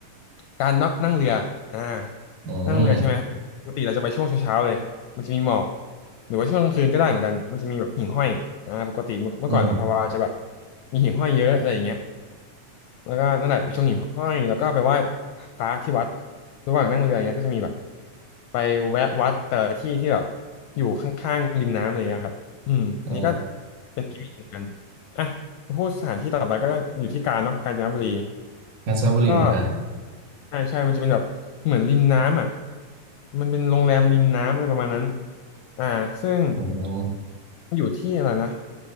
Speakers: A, on the left; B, on the right.
A: การนนั่งเรืออ่า
B: อืม
A: นั่งเรือใช่ไหมปกติเราจะไปช่วงเช้าๆเลยมันจะมีหมอกหรือว่าช่วงกลางคืนก็ได้เหมือนกันมันจะมีแบบหิ่งห้อยอ่าปกติเมื่อเมื่อก่อนอัมพวาจะแบบ
B: อืม
A: มีหิ่งห้อยเยอะอะไรอย่างเงี้ยแล้วก็นั่นแหละไปชมหิ่งห้อยแล้วก็ไปไหว้พระที่วัด ระหว่างนั่งเรืออย่างเงี้ยก็จะมีแบบไปแวะวัดแต่ละที่ที่แบบอยู่ข้างๆริมน้ำอะไรเงี้ยครับอืมอันนี้ก็
B: อ๋อ
A: เป็นกิมมิคเหมือนกัน อ่ะ พูดสถานที่ต่อไปก็อยู่ที่กาญเนาะกาญจนบุรี
B: เพชรบุรีอ่า
A: ก็ใช่ใช่มันจะเป็นแบบเหมือนริมน้ำอ่ะมันเป็นโรงแรมริมน้ำอะไรประมาณนั้นอ่าซึ่ง
B: อืม
A: อยู่ที่อะไรนะ